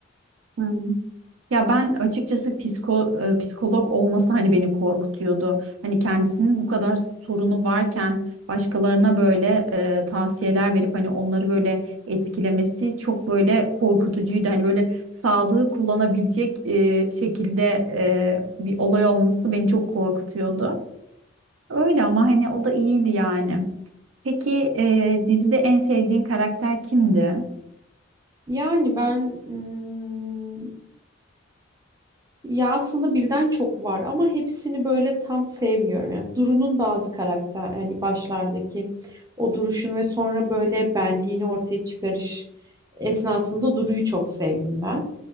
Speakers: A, on the right (about 80°); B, on the right (about 20°).
A: Hı. Ya ben açıkçası psiko, e, psikolog olması hani beni korkutuyordu. Hani kendisinin bu kadar sorunu varken başkalarına böyle e, tavsiyeler verip hani onları böyle etkilemesi çok böyle korkutucuydu. Hani böyle sağlığı kullanabilecek e, şekilde e, bir olay olması beni çok korkutuyordu. Öyle ama hani o da iyiydi yani. Peki e, dizide en sevdiğin karakter kimdi?
B: Yani ben mm, ya aslında birden çok var ama hepsini böyle tam sevmiyorum. Yani Duru'nun bazı karakter hani başlardaki o duruşunu ve sonra böyle benliğini ortaya çıkarış esnasında Duru'yu çok sevdim ben.